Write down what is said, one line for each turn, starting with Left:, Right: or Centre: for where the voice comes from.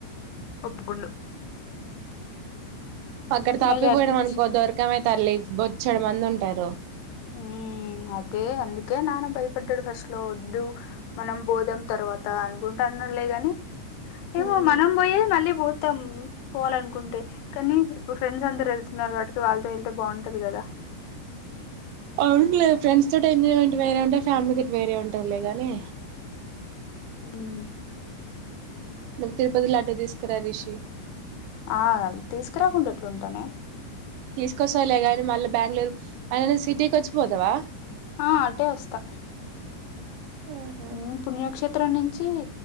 Left: ఒప్పుకుండు
Right: అక్కడ తప్పిపోయినం
Left: మళ్ళీ అట్నుంచి
Right: అనుకో దొరకమె తల్లి బొచ్చడు మంది ఉంటారు
Left: ఊ అదే అందుకే నాన్న భయపడ్డాడు ఫస్ట్ లో వద్దు మనం పోదాం తర్వాత అనుకుంటా అన్నడు లే గాని ఏమో
Right: ఉమ్
Left: మనం పోయేద్ మళ్ళీ పో త్తం పోవాలనుకుంటే కానీ ఫ్రెండ్స్ అందరూ ఎళ్తున్నారు వాటికి వాళ్ళతో ఎళ్తే బావుంటది కదా
Right: అవునులే ఫ్రెండ్స్ తోటి ఎంజాయ్మెంట్ వేరే ఉంటది ఫ్యామిలీ తోటి వేరే ఉంటాదిలే గానీ
Left: అవును
Right: లకు తిరుపతి లడ్డు తీసుకురా రిషి
Left: ఆ తీసుకురాకుండా ఎట్లుంటానే
Right: తీసుకొస్తాలే కానీ మళ్ళీ బ్యాంగుళూరు అలానే సిటీకొచ్చి పోతావా
Left: ఆ అటే వస్తా
Right: ఆహా
Left: ఊ పుణ్యక్షేత్రం నుంచి